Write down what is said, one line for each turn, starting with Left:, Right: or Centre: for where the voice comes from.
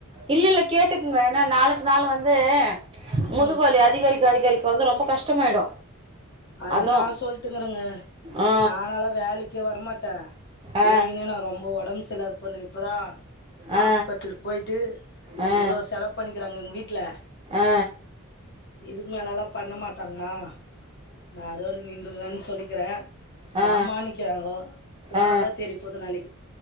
Right: இல்ல இல்ல கேட்டுக்குங்க ஏனா நாளுக்கு நாள் வந்து ந்து முதுகுவலி
Left: ம்
Right: அதிகரிக்க அதிகரி இப்ப வந்து ரொம்ப கஷ்டமாயிடு
Left: ஐயோ
Right: அதூ
Left: நா சொல்ட்டுக்குறங்க
Right: ஆ
Left: நானல்லா வேலைக் கே வரமாட்ட
Right: ஆ
Left: ஏற்கனவே நா ரொம்போ ஒடம் செர்லாத பொண்ணு இப்பதா ஹாஸ்பிட்டலுக்கு
Right: ஆ
Left: போயிட்டு
Right: ஆ ஆ
Left: இவ்ளோ செலவு பண்ணிக்கிறாங்க எங் வீட்டல
Right: ஆ
Left: இதுக்கு மேலல்லா பண்ண மாட் ட்டண்டா நா அதோடு நின்றன்னு சொல்லிக்கிறே
Right: ஆ ஆ
Left: வாமானிக்கிறாங்கோ போனாதா
Right: ஆ
Left: தெரி போது நாளைக்